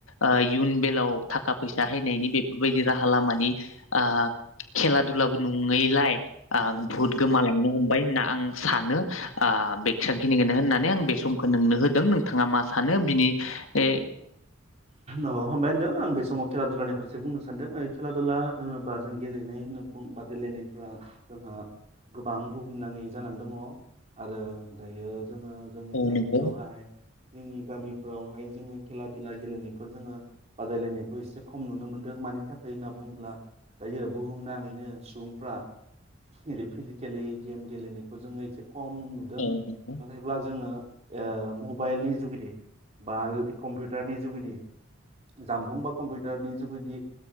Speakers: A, on the left; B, on the right.
A: ओ इयुन बेलाव थाखा फैसा हैनायनि बेफोरबायदि राहा लामानि आ खेला दुलाबो नङैलाय आ बहुत गोमालांनो हमबाय होनना आं सानो आ बेसांखिनिखोनो होननानै आं बे समखो नोंनो होदों नोंथाङा मा सानो बिनि ए
B: औ हबाय होनदों आं बे समाव खेला दुनि फारसे बुंनो सानदों यै खेला दुलला होनोबा जों गेलेनाय होनना बुं बादायलायनायफोरा जोंहा गोबां बुहुमनाङै जानानै दङ आरो दायो जोङो जोंनि
A: औ
B: दायो
A: नंगौ
B: बेयावहाय जोंनि गामिफोरावहाय जोङो खेला दुला गेलेनायखौ जोङो बादायलायनायखौ एसे खम नुनो मोन्दों मानि थाखाय होनना बुङोब्ला दायो बुहुमनााङैनो सुबुंफ्रा रि फिजिकेलि गेम गेलेनायखौ जोङो एसे खम नुदों
A: औ नंगौ
B: नाथायब्ला जोङो ओ मबाइलनि जुगेदि बा कम्पिउ उटारनि जुगेदि जामबुं बा कम्पिउटारनि जुगिदि